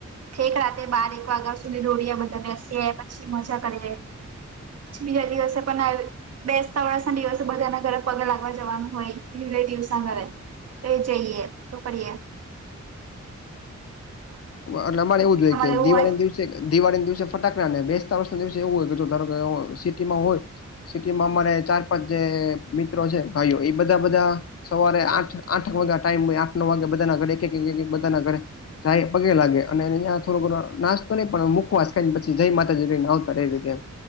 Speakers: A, on the right (about 55°); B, on the left (about 50°).
A: ઠેક રાતે બાર એક વાગ્યા સુધી દોડીએ બધા બેસીએ પછી મજા કરીએ. બીજા દિવસે પણ આવી બેસતા વર્ષ ના દિવસે બધાના ઘરે પગે લાગવા જવાનું હોય રિલેટિવસ ના ઘરે એ જઈએ તો કરીએ.
B: એટલે અમારે એવું જોઈએ
A: તમારે
B: કે
A: એવું
B: દિવાળી
A: હોય
B: ના દિવસ દિવાળી દિવસે ફટાકડાને બેસતા વર્સ ના દિવસે એવું હોય કે જો ધારો કે સિટીમાં હોય સિટીમાં અમારે ચાર પાંચ જે મિત્રો છે ભાઈઓ એ બધા બધા સવારે આઠ આઠ વાગે આ ટાઈમ આઠ નવ વાગે બધાના ઘરે એક એક એક એક બધાના ઘરે જાય પગે લાગે અનેહી્યાં થોડો ઘણો નાસ્તો નહી પણ મુખવાસ ખાયને પછી જય માતાજી કઈને આવતા રહેવી રીતે.